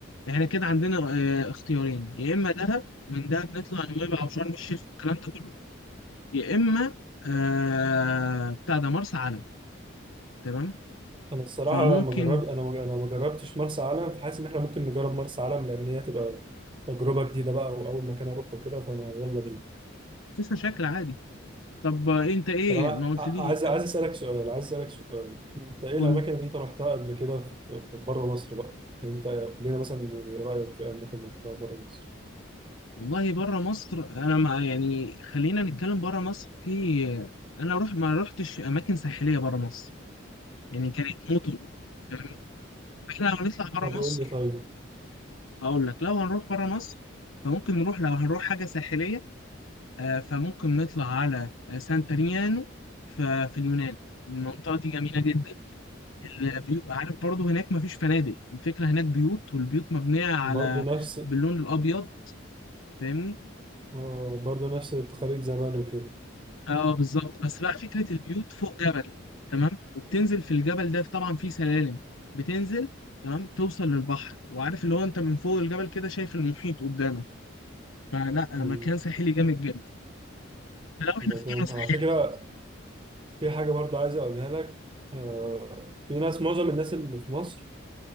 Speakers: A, on the left; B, on the right.
A: احنا كده عندنا آه، اختيارين يا اما دهب ومن دهب نطلع نويبع او شرم الشيخ والكلام ده كله يا اما آه، بتاع ده مرسى علم تمام
B: انا الصراحه
A: فممكن
B: لما جربت انا انا ما جربتش مرسى علم فحاسس ان احنا ممكن نجرب مرسى علم لان هي تبقى تجربه جديده بقى واول مكان اروحه كده فانا يلا بينا
A: مفيش مشاكل عادي طب آه، انت ايه
B: طب انا
A: ما قلت
B: ع-
A: لي
B: عايز عايز اسالك سؤال عايز اسالك سؤال انت ايه
A: قول.
B: الاماكن اللي انت رحتها قبل كده في بره مصر بقى يعني انت قول لنا مثلا رايك في اماكن رحتها بره مصر
A: والله بره مصر انا ما يعني خلينا نتكلم بره مصر في انا روح ما روحتش اماكن ساحليه بره مصر يعني كانت مطر فاهمني؟ احنا لو نطلع بره
B: طب قول
A: مصر
B: لي طيب
A: اقول لك لو هنروح بره مصر فممكن نروح لو هنروح حاجه ساحليه آه، فممكن نطلع على آه، سانتريانو ف- في اليونان المنطقه دي جميله جدا البيوت عارف برضو هناك مفيش فنادق الفكره هناك بيوت والبيوت مبنيه على
B: برضه نفس
A: باللون الابيض فاهمني
B: آه، برضه نفس التقاليد زمان وكده
A: اه بالظبط بس بقى فكرة البيوت فوق جبل تمام وبتنزل في الجبل ده طبعا فيه سلالم بتنزل تمام توصل للبحر وعارف اللي هو انت من فوق الجبل كده شايف المحيط قدامك فلا
B: مم.
A: مكان ساحلي جامد جدا لو احنا
B: ده
A: في قرى
B: فاهم
A: ساحلية
B: على فكرة في حاجة برضه عايز أقولها لك آه، في ناس معظم الناس اللي في مصر